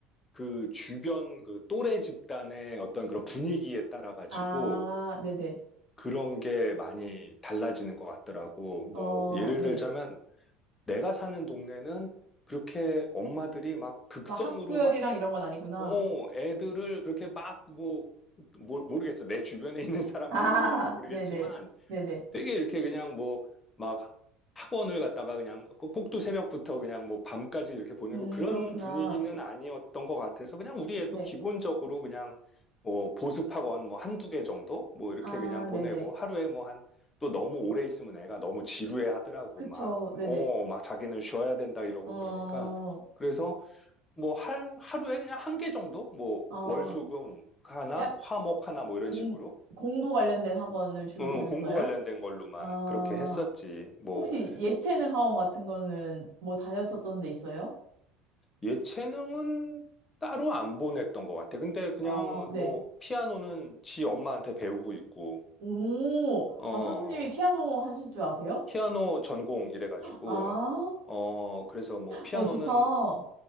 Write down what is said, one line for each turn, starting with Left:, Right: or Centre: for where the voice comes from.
Left: 그 주변 그 또래 집단의 어떤 그런 분위기에 따라 가지고
Right: 아, 네네.
Left: 그런 게 많이 달라지는 것 같더라고. 뭐
Right: 어,
Left: 예를
Right: 네.
Left: 들자면 내가 사는 동네는 그렇게 엄마들이 막 극성으로
Right: 막 학부열이랑
Left: 막,
Right: 이런 건 아니구나.
Left: 어, 애들을 그렇게 막 뭐, 모- 르겠어 내 주변에 있는 사람만
Right: 아,
Left: 그런지 모르겠지만
Right: 네네. 네네.
Left: 되게 이렇게 그냥 뭐 막 학원을 갔다가 그냥 꼭- 꼭두 새벽부터 그냥 뭐 밤까지 이렇게 보내고
Right: 음,
Left: 그런
Right: 그렇구나.
Left: 분위기는 아니었던 것 같아서 그냥 우리 애도
Right: 네.
Left: 기본적으로 그냥 뭐 보습 학원 뭐 한두 개 정도 뭐 이렇게
Right: 아,
Left: 그냥 보내고
Right: 네네.
Left: 하루에 뭐 한 또 너무 오래 있으면 애가 너무 지루해 하더라고
Right: 그쵸.
Left: 막
Right: 네네.
Left: 어 막 자기는 쉬어야 된다 이러고
Right: 어,
Left: 그러니까 그래서 뭐 할, 하루에 그냥 한 개 정도 뭐
Right: 어,
Left: 월수금 하나
Right: 약,
Left: 화목 하나 뭐 이런
Right: 공,
Left: 식으로
Right: 공부 관련된 학원을 주로
Left: 어,
Right: 다녔어요?
Left: 공부 관련된 걸로만
Right: 아,
Left: 그렇게 했었지. 뭐,
Right: 혹시 예체능 학원 같은 거는 뭐 다녔었던 데 있어요?
Left: 예체능은 따로 안 보냈던 것 같아. 근데 그냥
Right: 어, 네.
Left: 뭐, 피아노는 지 엄마한테 배우고 있고,
Right: 오,
Left: 어,
Right: 아, 사모님이 피아노 하실 줄 아세요?
Left: 피아노 전공 이래가지고,
Right: 아,
Left: 어, 그래서 뭐, 피아노는,
Right: 어, 좋다.